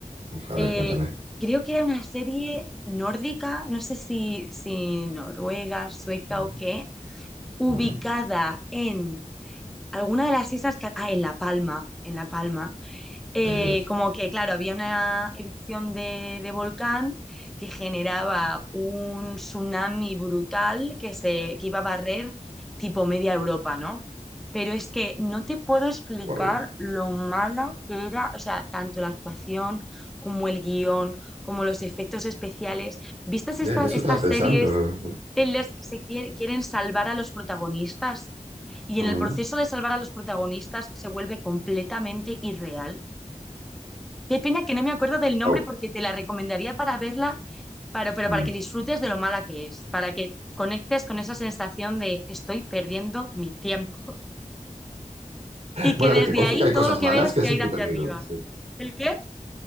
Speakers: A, on the right (about 55°); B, in the centre.
A: Uf, a
B: Eh,
A: ver, cuéntame.
B: creo que era una serie nórdica, no sé si, si noruega, sueca
A: Mm,
B: o qué, ubicada
A: mm,
B: en alguna de las islas, Ca- ah, en La Palma, en La Palma, eh,
A: Ay, Dios.
B: como que, claro, había una erupción de, de volcán que generaba un tsunami brutal que, se, que iba a barrer tipo media Europa, ¿no? Pero es que no te puedo explicar
A: Wow.
B: lo mala que era, o sea, tanto la actuación como el guión, como los efectos especiales. ¿Vistas
A: Ya,
B: esta-
A: en eso
B: estas
A: estaba pensando.
B: series
A: ¿no?
B: en las que se quiere- quieren salvar a los protagonistas? Y en
A: Mm.
B: el proceso de salvar a los protagonistas se vuelve completamente irreal. Qué pena que no me acuerdo del nombre
A: Wow.
B: porque te la recomendaría para verla, para, pero
A: Mm.
B: para que disfrutes de lo mala que es, para que conectes con esa sensación de estoy perdiendo mi tiempo y
A: Bueno,
B: que desde
A: a ver, que conste
B: ahí
A: que hay
B: todo
A: cosas
B: lo que
A: malas
B: veas
A: que
B: sea
A: es entretenido.
B: ir hacia arriba.
A: sí.
B: ¿El qué?